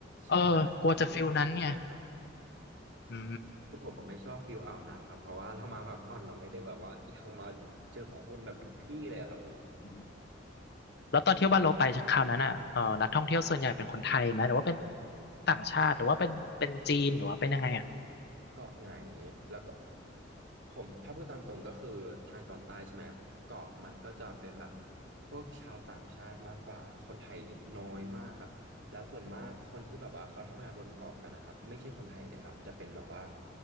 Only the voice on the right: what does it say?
ชายหาดแบบเงียบสงบเลยครับ
คือผมมันไม่ชอบฟิลอ่าวนางครับเพราะว่าเรามาพักผ่อนเราไม่ได้แบบว่าอยากมาเจอคนแบบทุกที่เลยครับ
เกาะไหนแล้วก็ผมถ้าพูดตามตรงก็คือทางตอนใต้ใช่ไหมเกาะมันก็จะเป็นแบบพวกชาวต่างชาติมากกว่าคนไทยน้อยมากครับแล้วส่วนมากคนที่แบบว่าเขาทำงานบนเกาะกันนะครับไม่ใช่คนไทยด้วยครับจะเป็นแบบว่า